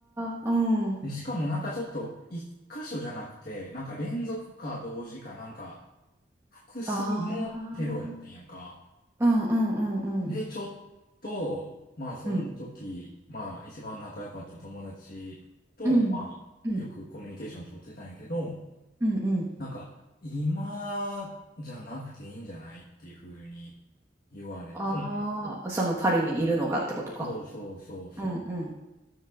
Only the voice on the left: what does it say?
で、しかもなんかちょっと、一箇所じゃなくて、なんか連続か同時かなんか、複数のテロやってんやんか。
で、ちょっと、まあ、その時、
まあ、一番仲良かった友達と、
まあ、
よくコミュニケーション取ってたんやけど、
なんか、今じゃなくていいんじゃないっていう風に言われて、
そうそうそうそう。